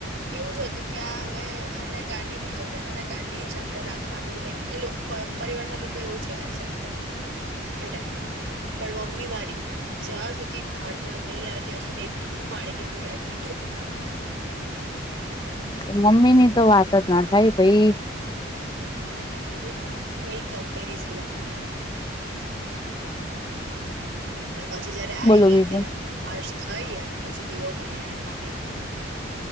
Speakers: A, on the right; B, on the left.
A: એવું જ હતું કે આ હવે આને ગાંડી થઈ જાવ ને ગાંડી જ આપે રાખવાની, લાઈક એ લોક પરિવાર ના લોકો એવું છે, એક્સેપ્ટ કરી લીધુંતું એ ટાઈમે, પણ મમ્મી મારી જ્યાં સુધી ભાંડમાં નઈ આવી. ત્યાં સુધી એક ટીપુ પાણીની પીના, પીધું નતું.
B: તો મમ્મીની તો વાતજ ના થાય, ભાઈ
A: હમ્મ. એની તો કોઈ કમ્પેરિઝન નઈ એમ. ર પછી જયારે આઈ
B: બોલો બીજું
A: ત્યારે હાશ થઈ અને પછી દીવો કરીને પાણી પીધું.